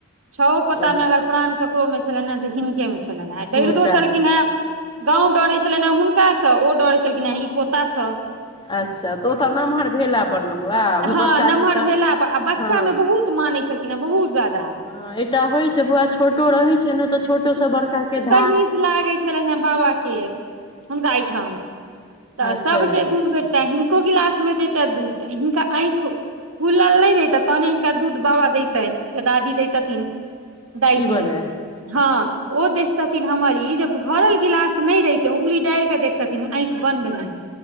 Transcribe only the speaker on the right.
छओ पोतामे
अगर प्राण ककरोमे छले ने तऽ हिनकेमे छलइन है डइरतो
तो छलखिन
हँ गाँंव डरे छलनि हे हुनकासँ ओ डरे छलखिन हेँ ई पोता सँ
हँ
नमहर
भेला पर आ बच्चा
मे बहुत मानै छलखिन हे बहुत ज्यादा
महिस लागे छलनि हे बाबा के हुनका एहिठाम तऽ
सबके दू हिनको गिलास मे देता दूध तऽ हिनका आँखि खुलल नहि रहितै तहने हिनका दूध बाबा देैतनि या दादी देैतथिन दाइजी
हँ ओ देखतथिन हमर ई जे भरल गिलास नहि रहेतै उंगुरी डालिके देखतन आँखि बंदमे